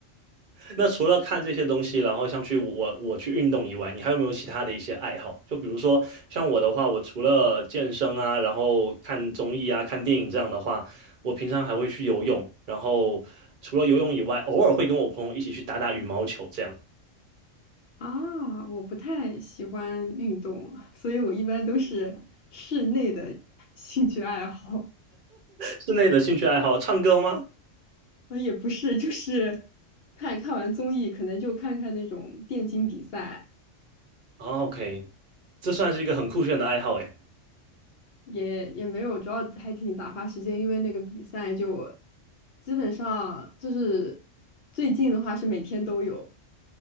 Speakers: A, on the right (about 45°); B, on the left (about 60°).
A: 那除了看这些东西，然后像去我我去运动以外，你还有没有其他的一些爱好？就比如说像我的话，我除了健身啊，然后看综艺啊、看电影这样的话，我平常还会去游泳，然后除了游泳以外，偶尔会跟我朋友一起去打打羽毛球，这样。<laughs>
B: 啊，我不太喜欢运动，所以我一般都是室内的 <laughs> 兴趣爱好。
A: 室内的兴趣爱好，唱歌吗？
B: 呃，也不是，就是 <laughs> 看看完综艺，可能就看看那种电竞比赛，
A: 啊，OK，这算是一个很酷炫的爱好诶。
B: 也也没有，主要还挺打发时间，因为那个比赛就基本上就是最近的话是每天都有，